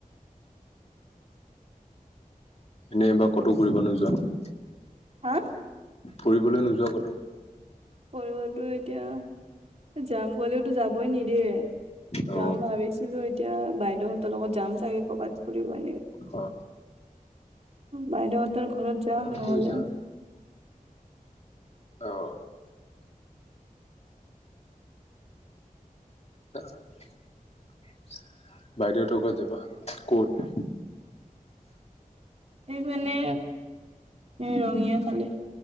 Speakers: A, on the left; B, on the right.
A: এনেবাৰ ক'তো ঘূৰিব নোযোৱা?
B: হা
A: ফুৰিবলৈ নোযোৱা কতো?
B: ফুৰিব টো এতিয়া যাম কলেওতো যাবই নিদিয়ে।
A: অ
B: যাম ভাবিছিলো এতিয়া বাইদেউহতৰ লগত যাম চাগে কবাত ফুৰিব এনেকে।
A: অ
B: বাইদেউহতৰ ঘৰত যাম
A: ফোন
B: নহলে
A: কৰিছা অ <inaudible> বাইদেউহতৰ ঘৰত যাবা, কত?
B: সেই মানে ৰঙিয়া ফালে।